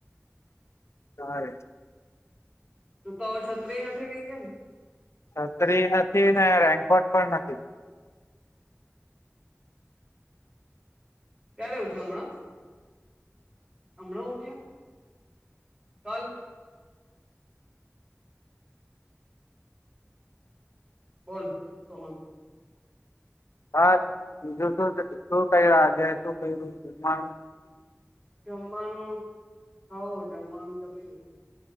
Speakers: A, on the left; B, on the right.
A: સાર
B: તું તો હવે છત્રી નથી લઈ ગયા ને
A: છતરી નથી ને રેન્કોટ પણ નથી
B: ક્યારે ઉઠ્યા હમણાં હમણાં ઉઠ્યા કાલ બોલ તો હ
A: હા બીજું શું શું ક આજે શું ક્યું
B: જમવાનું હો જમવાનું જમીને